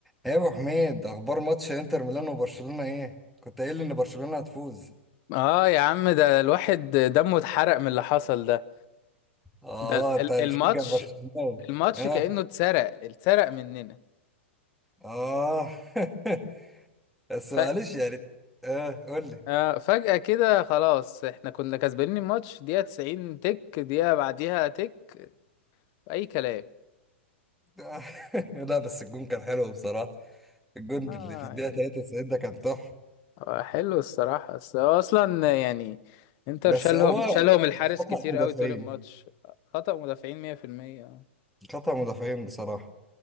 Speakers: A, in the centre; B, on the left.
A: ايه يا ابو حميد اخبار ماتش انتر ميلان وبرشلونه ايه كنت قايل لي ان برشلونه هتفوز
B: اه يا عم ده الواحد دمه اتحرق من اللي حصل ده
A: اه
B: ده ال-
A: انت
B: ال-
A: مشجع
B: الماتش
A: برشلونه
B: الماتش
A: اه
B: كأنه اتسرق اتسرق مننا
A: اه <laughs> بس
B: ف...
A: معلش يعني اه قول لي
B: آه فجأة كده خلاص احنا كنا كسبانين الماتش دقيقة 90 تك دقيقة بعديها تك أي كلام
A: آه. <laughs> لا بس الجون كان حلو بصراحه الجون اللي
B: اه
A: في الدقيقه
B: يعني
A: 93 ده كان تحفه
B: آه، حلو الصراحة بس هو أصلا يعني انتر
A: بس
B: شالهم
A: هو
B: شالهم الحارس
A: خطأ
B: كتير
A: مدافعين
B: قوي طول الماتش خطأ مدافعين 100% اه
A: خطأ مدافعين بصراحه